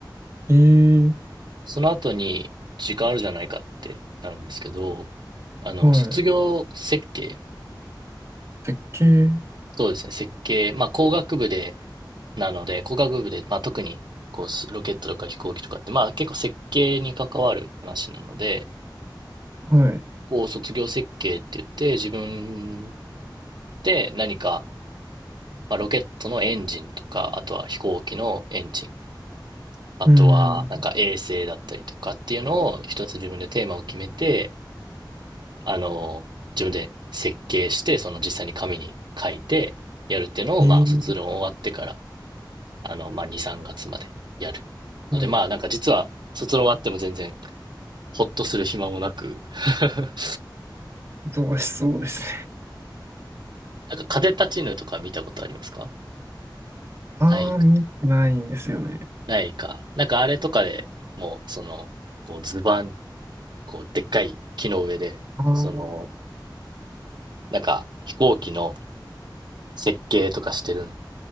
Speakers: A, on the right; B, on the right.
A: ええ
B: その後に時間あるじゃないかってなるんですけど、あの、
A: はい。
B: 卒業設計、
A: 絶景、
B: そうですね、設計、まあ工学部で、なので、工学部で、まあ特に、こう、ロケットとか飛行機とかって、まあ結構設計に関わる話なので、
A: はい。
B: こう、卒業設計って言って、自分で何か、まあ、ロケットのエンジンとか、あとは飛行機のエンジン、あとはなんか衛星だったりとかっていうのを一つ自分でテーマを決めて、
A: うん。
B: あの、自分で設計して、その実際に紙に書いてやるっていうのを、
A: ええ
B: まあ、卒論終わってから、あの、まあ、2、3月までやる。
A: はい。
B: ので、まあ、なんか実は、卒論終わっても全然、ほっとする暇もなく、<laughs>
A: 忙しそうですね。
B: なんか風立ちぬとか見たことありますか
A: <laughs> ああ、
B: ない
A: 見てないんですよね。
B: ないか。なんかあれとかでもう、その、こう図板、こうでっかい木の上で、
A: ああー、
B: その、なんか飛行機の設計とかしてる